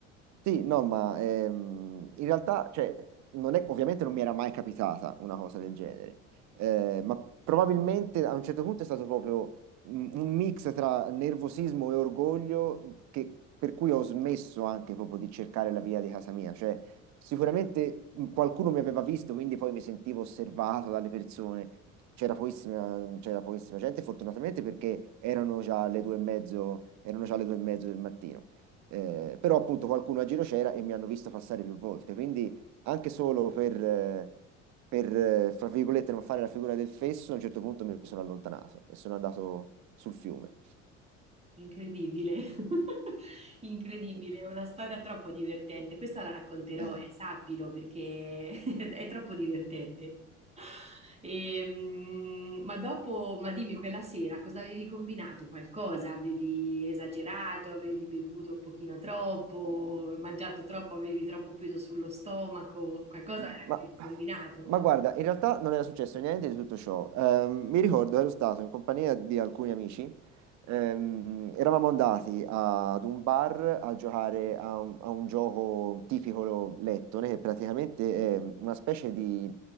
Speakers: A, on the right; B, on the right.
A: Sì, no, ma ehm, in realtà, cioè, non è- ovviamente non mi era mai capitata una cosa del genere, eh, ma probabilmente a un certo punto è stato proprio un un mix tra nervosismo e orgoglio che- per cui ho smesso anche proprio di cercare la via di casa mia. Cioè, sicuramente mh, qualcuno mi aveva visto, quindi poi mi sentivo osservato dalle persone. C'era pochissima, c'era pochissima gente, fortunatamente, perché erano già le due e mezzo, erano già le due e mezzo del mattino. Eh, però appunto qualcuno a giro c'era e mi hanno visto passare più volte, quindi anche solo per, eh, per, eh, fra virgolette, non fare la figura del fesso, a un certo punto mi sono allontanato e sono andato sul fiume.
B: Incredibile, <laughs> incredibile,
A: Sì.
B: è una storia troppo divertente. Questa la racconterò,
A: Eh,
B: e sappilo, perché <laughs> è troppo divertente. Ehm, ma dopo, ma dimmi, quella sera cosa avevi combinato? Qualcosa? Avevi esagerato? Avevi bevuto un pochino troppo? Mangiato troppo? Avevi troppo peso sullo stomaco? Qualcosa
A: Mm, Ma,
B: avevi combinato?
A: ma guarda, in realtà non era successo niente di tutto ciò. Ehm, mi ricordo, ero stato in compagnia di alcuni amici, ehm, eravamo andati ad un bar a giocare a un, a un gioco tipico lettone, che praticamente è una specie di,